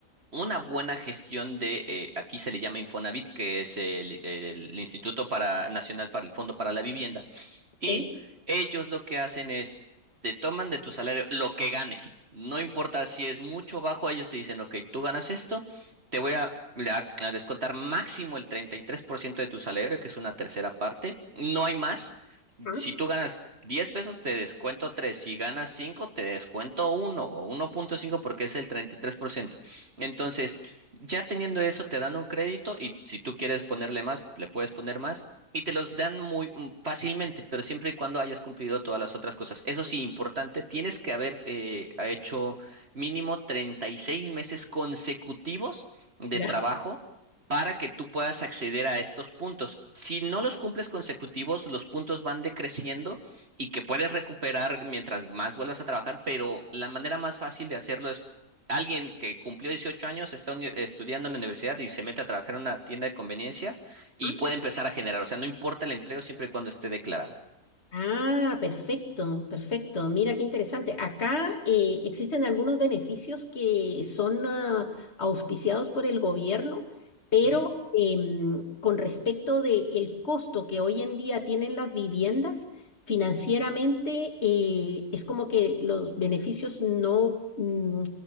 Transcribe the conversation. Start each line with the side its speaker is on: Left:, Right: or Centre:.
Right: una buena gestión de, eh, aquí se le llama Infonavit, que es el, el Instituto para, Nacional para el Fondo para la Vivienda
Left: ok,
Right: y ellos lo que hacen es, te toman de tu salario lo que ganes. No importa si es mucho o bajo, ellos te dicen, ok, tú ganas esto, te voy a, a- a descontar máximo el 33% de tu salario, que es una tercera parte. No hay más.
Left: ah,
Right: Si tú ganas 10 pesos, te descuento tres Si ganas 5 te descuento uno o 1.5 porque es el 33%. Entonces, ya teniendo eso, te dan un crédito y si tú quieres ponerle más, le puedes poner más. Y te los dan muy mm, fácilmente, pero siempre y cuando hayas cumplido todas las otras cosas. Eso sí, importante, tienes que haber eh, ha hecho mínimo 36 meses consecutivos de
Left: ya.
Right: trabajo para que tú puedas acceder a estos puntos. Si no los cumples consecutivos, los puntos van decreciendo y que puedes recuperar mientras más vuelvas a trabajar, pero la manera más fácil de hacerlo es alguien que cumplió 18 años, está uni- estudiando en la universidad y se mete a trabajar en una tienda de conveniencia y
Left: ah,
Right: puede empezar a generar. O sea, no importa el empleo siempre y cuando esté declarado.
Left: Ah, perfecto, perfecto. Mira qué interesante. Acá eh, existen algunos beneficios que son ah, auspiciados por el gobierno, pero
Right: Ujú,
Left: em, con respecto del costo que hoy en día tienen las viviendas, financieramente eh, es como que los beneficios no, mm,